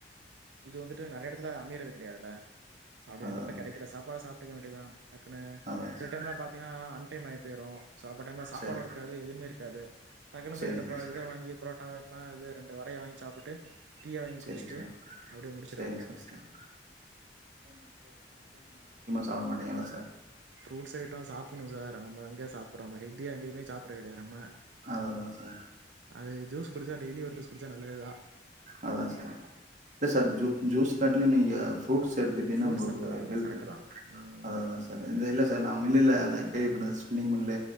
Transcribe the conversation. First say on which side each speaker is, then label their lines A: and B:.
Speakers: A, on the right; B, on the right.
A: இது வந்துட்டு நறையா எடத்துல அமையிறது கெடையாதுல்ல சாப்பாடு இருக்கப்ப
B: அதான் அதான்
A: கெடைக்கிற சாப்பாடு சாப் சாப்டுக்க வேண்டியதா டக்குன்னு
B: அதான்
A: சில
B: சார்
A: டைம் எல்லா பாத்தீங்கன்னா அன் டைம் ஆயி போயிரு சாப்பாட்டு டைம்ல சாப்பாடு
B: சரி
A: இருக்காது எதுமே இருக்காது டக்குன்னு
B: சரிங்க
A: போய் ரெண்டு போ
B: சார்
A: இத வாங்கி புரோட்டா எல்லா இது ரெண்டு வடைய வாங்கி சாப்டுட்டு டீய வாங்கி
B: சார் சரிங்க
A: குடுச்சுட்டு
B: சார்
A: அப்டியே முடுச்சுட
B: சரிங்க
A: வேண்டியதா
B: சார் சார் சாப்ட மாட்டீங்களா சார்
A: ஃப்ரூட்ஸ் ஐட்டோ சாப்புணு சார் நம்ம எங்க சாப்புடுறோம்மா ஹெல்தியா எங்கேயுமே சாப்புடறதே கெடையாது நம்ம
B: அதான் அதான் சார்
A: அது ஜூஸ் குடுச்சா டெய்லி ஒரு ஜூஸ் குடுச்சா நல்லதுதா
B: அதா சார் இல்ல சார் ஜூ ஜூஸ் கட்ல நீங்கஃப் ஃப்ரூட்ஸ் எடுத்துகிட்டீனா
A: ஃப்ரூட்ஸ்
B: உங்களுக்கு
A: அதான் அதான்
B: ஹெல்து
A: கரெக்ட்டு தான். ம்.
B: அதுதா சார் இந்த இல்ல சார் நா மில்லுல அந்த கேவி பண்ணத ஸ்விங் மில்ல